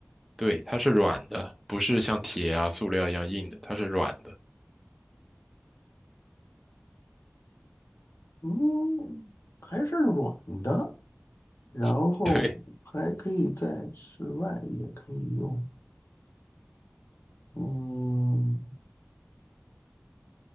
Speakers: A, in the centre; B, on the left (about 75°).
A: 对，它是软的，不是像铁啊、塑料一样硬的，它是软的。
B: 嗯，还是软的，然后还可以在室外也可以用。
A: <laughs> 对
B: 嗯，